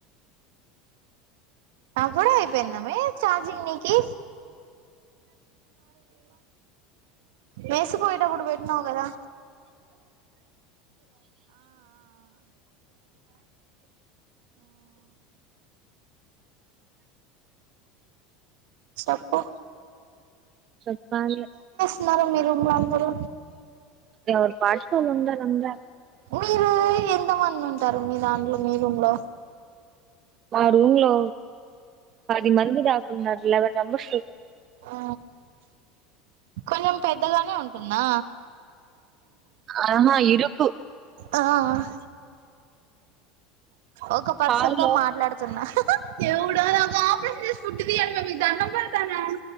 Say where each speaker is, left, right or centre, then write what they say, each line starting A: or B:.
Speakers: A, on the right; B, on the right.
A: అప్పుడే అయిపోయిందమే చార్జింగ్ నీకి వేసిపోయేటప్పుడు పెట్టినావు కదా సప్పు
B: చెప్పాలిగా
A: న్నారు మీరు మీ అందరు
B: ఎవరి పాట్కో వాళ్లు ఉండారు అందరు
A: మీరు ఎంత మంది ఉంటారు మీ దాంలో మీరుంలో
B: ఆ రూమ్ లో పది మంది దాక్ ఉన్నరు లెవెన్ నంబర్సు
A: ఆ కొంచెం పెద్దగానే ఉంటుందా
B: ఆహా ఇరుకు
A: ఆ హ ఒక పర్సన్
B: హాల్లో
A: తో మాట్లాడుతున్నా హ దేవుడా ఆపరేషన్ జేసీ ఫుడ్డు దీయాలమి మీకు దండం పెడతాన